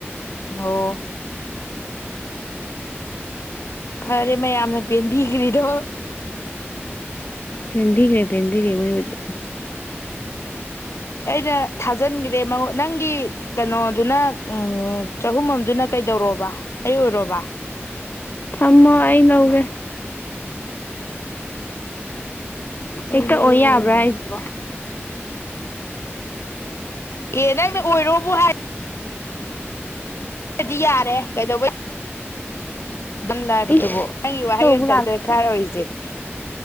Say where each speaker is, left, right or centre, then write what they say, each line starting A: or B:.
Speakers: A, on the left; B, on the left.
A: ꯑꯣ ꯐꯔꯦ ꯃꯌꯥꯝꯅ ꯄꯦꯟꯕꯤꯈ꯭ꯔꯤꯗꯣ
B: ꯐꯦꯟꯕꯤꯈ꯭ꯔꯦ ꯐꯦꯟꯕꯤꯔꯦ ꯃꯣꯏ ꯑꯣꯏꯗꯤ
A: ꯑꯩꯅ ꯊꯥꯖꯤꯟꯈꯔꯦ ꯅꯪꯒꯤ ꯀꯩꯅꯣꯗꯨꯅ ꯎ ꯆꯍꯨꯝ ꯑꯃꯝꯗꯨꯅ ꯀꯩꯗꯧꯔꯣꯕ ꯑꯩ ꯑꯣꯏꯔꯣꯕ
B: ꯊꯃꯣ ꯑꯏ ꯂꯎꯒꯦ ꯍꯛꯇ
A: ꯑꯩ
B: ꯑꯣꯔꯤꯌꯥꯕ꯭ꯔ
A: ꯑꯩ ꯑꯣꯏꯔꯣ
B: ꯍꯥꯏꯁꯤꯕ
A: ꯑꯦ ꯅꯪꯗꯤ ꯑꯣꯏꯔꯣꯕꯨ ꯍꯥꯏ ꯗꯤ ꯌꯥꯔꯦ ꯀꯩꯗꯧꯕꯩ ꯑꯗꯨꯝ ꯂꯥꯏꯕꯗꯨꯕꯣ
B: ꯏꯁ
A: ꯅꯪꯒꯤ
B: ꯏꯁꯧꯕꯨ
A: ꯋꯥꯍꯩ ꯑꯃꯝꯇ ꯗꯔꯀꯥꯔ ꯑꯣꯏꯔꯤꯁꯦ ꯎ